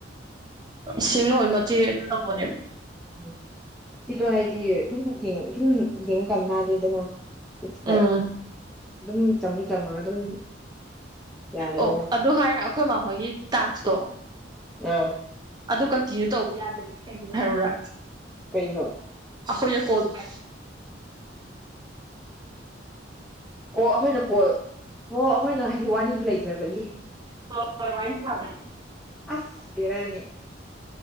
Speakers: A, on the right; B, in the centre.
A: ꯁꯤꯡꯡꯂꯣꯏ ꯃꯆꯦ ꯇꯧꯕꯅꯦꯕ
B: ꯎ ꯁꯤꯗꯣ ꯍꯥꯏꯗꯤ ꯑꯗꯨꯝ ꯁꯨꯝ ꯌꯦꯡꯀꯥꯟ ꯅꯥꯗꯦꯗꯅ ꯏꯠꯁ ꯂꯥꯏꯛ
A: ꯎꯝ
B: ꯑꯗꯨꯝ ꯆꯝꯁꯨ ꯆꯝꯃ ꯑꯗꯨꯝ ꯌꯥꯔꯦꯗꯅ
A: ꯑꯣ ꯑꯗꯨ ꯍꯥꯏꯔꯦ ꯑꯩꯈꯣꯏ ꯃꯈꯣꯏꯒꯤ ꯇꯥꯛꯁꯇꯣ
B: ꯑꯥ
A: ꯑꯗꯨ ꯀꯟꯇꯤꯅ꯭ꯌꯨ ꯇꯧꯕ ꯌꯥꯗ꯭ꯔꯦ ꯀꯩꯒꯤꯅꯣ ꯍꯥꯏꯔꯨꯔꯥ
B: ꯄꯩꯅꯣ
A: ꯑꯈꯣꯏ ꯌꯥ ꯀꯣꯜ ꯇꯣ
B: ꯑꯣ ꯑꯩꯈꯣꯏꯅ ꯀꯣꯜ ꯑꯣ ꯑꯩꯈꯣꯏꯅ ꯍꯥꯏꯗꯤ ꯋꯥꯔꯤꯗꯨ ꯂꯩꯇ꯭ꯔꯕꯒꯤ
A: ꯐꯋꯥ <inaudible> ꯅꯤ ꯆꯂ
B: ꯑꯁ ꯕꯦꯔꯅꯤ